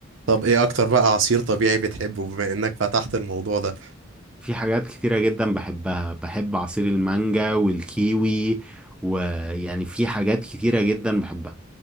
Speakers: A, on the right; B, in the centre.
A: طب ايه اكتر بقى عصير طبيعي بتحبه بما انك فتحت الموضوع ده
B: في حاجات كتيرة جدا بحبها بحب عصير المانجا والكيوي ويعني في حاجات كتيرة جدا بحبها